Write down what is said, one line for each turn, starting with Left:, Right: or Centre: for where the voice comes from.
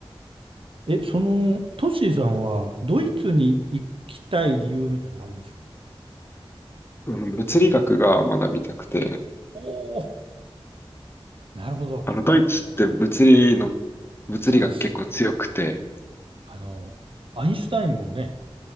Right: え、その、トッシーさんは、ドイツに行きたい理由みたいなのあるんですか
Left: あの物理学が学びたくて、
Right: おおー、なるほど。
Left: あの、ドイツって物理の、物理学結構強くて、
Right: そうです。あの、アインシュタインもね、